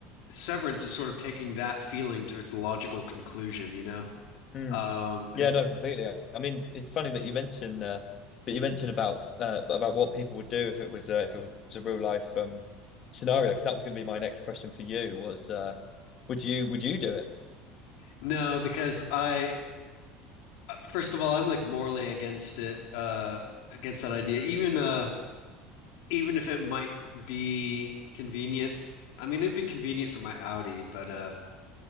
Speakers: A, on the left; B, on the left.
A: Severance is sort of taking that feeling to its logical conclusion, you know?
B: Mm.
A: Um,
B: Yeah,
A: and
B: no, completely. I mean, it's funny that you mentioned uh, that you mentioned about uh, about what people would do if it was uh, if it was a real life um, scenario. Because that was going to be my next question for you was uh, would you would you do it?
A: no, because I first of all I'm like morally against it, uh, against that idea, even uh, even if it might be convenient. I mean, it'd be convenient for my Audi, but uh,